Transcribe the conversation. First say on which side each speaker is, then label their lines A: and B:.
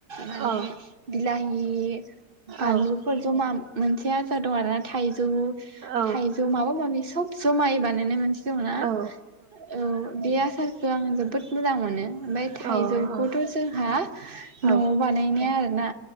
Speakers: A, on the right (about 35°); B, on the right (about 70°).
A: माने
B: औ
A: बिलाहि बानलुफोर
B: औ
A: जमा मोनसे आसार दं आरोना थाइज जौ
B: औ
A: थाइजौ माबा माबि सब जमायै बानायनाय मोनसे दङ ना
B: औ
A: औ बे आसारखौ आं जोबोद मोजां मोनो ओमफ्राय
B: औ
A: थाइजौखौथ
B: औ
A: जोंहा
B: अ
A: नआव बानायनाया आरोना